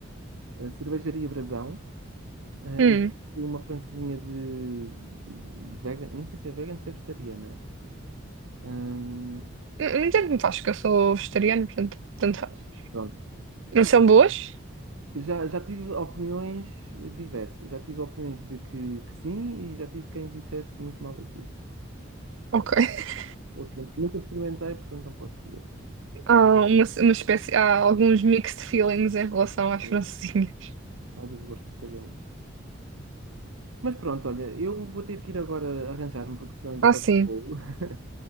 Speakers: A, on the right; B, on the right.
A: A Cervejaria Brasão. eh,
B: Hum.
A: e uma francesinha de vegan. Não sei se é vegan, ou se é vegetariana. Hum,
B: Não tanto me faz, que eu sou vegetariana, portanto, tanto faz.
A: Pronto.
B: Não são boas?
A: Já, já tive opiniões diversas. Já tive opiniões de que, que sim e já tive quem dissesse muito mal daquilo.
B: Ok. <laughs>
A: Portanto, nunca experimentei, portanto não posso dizer.
B: Há uma, uma espécie, há alguns mixed feelings em relação às
A: É,
B: francesinhas.
A: há dos gostos de cada um. Mas pronto, olha, eu vou ter que ir agora arranjar-me, porque senão ainda
B: Ah,
A: perco
B: sim.
A: o voo. <laughs>